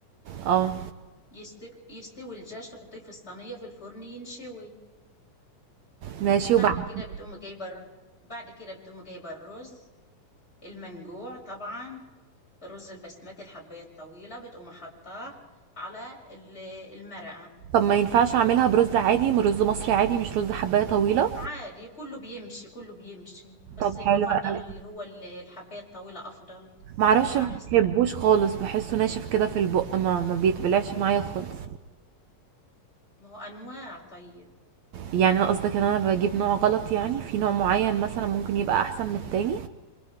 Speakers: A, on the right; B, on the left.
A: آه،
B: يستوي, يستوي الدجاج تحطيه في الصينية في الفرن ينشوي
A: ماشي
B: بعد
A: وبعدين؟
B: كده بتقوم جايبة الر- بعد كده بتقوم جايبة الرز المنجوع طبعا الرز البسمتي الحباية الطويلة بتقوم حطاه على ال- المرقة
A: طب ما ينفعش أعملها برُز عادي، م رُز مصري عادي مش رُز حبّاية طويلة؟
B: عادي كله بيمشي كله بيمشي بس
A: طب
B: بفضل
A: حلو أوي،
B: اللي هو ال- الحباية الطويلة أفضل
A: ما أعرفش
B: وأحسن
A: ما باحبوش خالص، باحسّه ناشف كده في البُق ما ما بيتبلعش معايا خالص،
B: ما هو أنواع طيب
A: يعني أنا قصدك إن أنا باجيب نوع غلط يعني، في نوع معيّن مثلًا ممكن يبقى أحسن من التاني؟